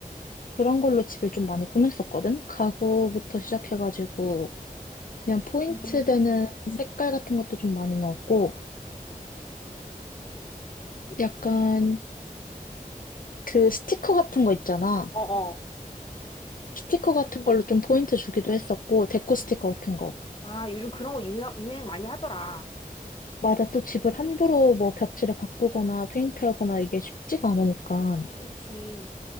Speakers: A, on the left; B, on the left.
A: 그런 걸로 집을 좀 많이 꾸몄었거든? 가구부터 시작해가지고, 그냥 포인트
B: 음,
A: 되는 색깔 같은 것도 좀 많이 넣었고, 약간 그 스티커 같은 거 있잖아.
B: 어, 어.
A: 스티커 같은 걸로 좀 포인트 주기도 했었고, 데코 스티커 같은 거.
B: 아, 요즘 그런 거 유행, 유행 많이 하더라.
A: 맞아. 또 집을 함부로 뭐 벽지를 바꾸거나 페인트하거나 이게 쉽지가 않으니까.
B: 그렇지.